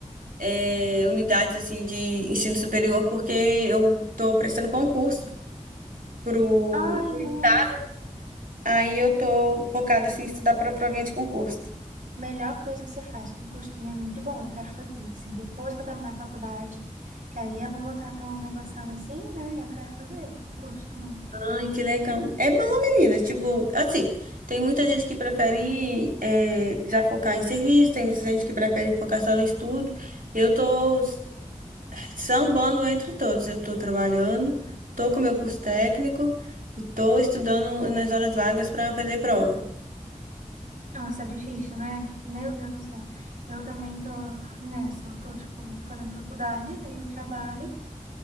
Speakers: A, on the right; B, on the right.
A: é, unidades, assim, de ensino superior, porque eu estou prestando concurso pro
B: Ai,
A: o
B: nossa.
A: estado. Aí eu estou focada, assim, em estudar para a provinha de concurso.
B: Melhor coisa que você faz, concurso também é muito bom, eu quero fazer, assim, depois que eu terminar a faculdade, que aí eu não vou estar tão negociando assim, né? Eu quero fazer concurso também.
A: Ai, que legal. É bom, meninas. Tipo, assim, tem muita gente que prefere eh, já focar em serviço, tem muita gente que prefere focar só no estudo. Eu tô s- sambando entre todos. Eu tô trabalhando, tô com meu curso técnico e tô estudando nas horas vagas para fazer prova.
B: Nossa, é difícil, né? Meu Deus do céu. Eu também tô nessa, eu tô, tipo, fazendo faculdade, daí eu trabalho